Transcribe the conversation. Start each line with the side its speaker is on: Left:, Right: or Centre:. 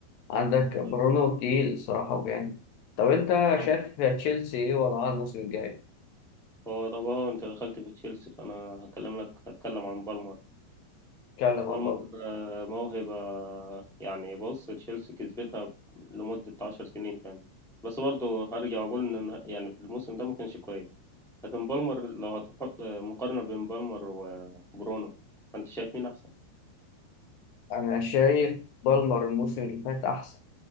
Left: عندك برونو
Centre: طب
Left: تقيل صراحه وجامد طب انت
Centre: طب
Left: شايف تشيلسي ايه وضعها الموسم الجاي؟
Centre: هو طب هو أنت دخلت في تشيلسي فأنا هكلم لك هتكلم عن بالمر
Left: اتكلم
Centre: بالمر
Left: عن بالمر
Centre: آه، موهبة يعني بص تشيلسي كسبتها لمدة عشر سنين تاني بس برضه هرجع أقول إن إن- يعني في الموسم ده ما كانش كويس لكن بالمر لو هتحط آه، مقارنة بين بالمر وبرونو أنت شايف مين أحسن؟
Left: انا شايف بالمر الموسم اللي فات احسن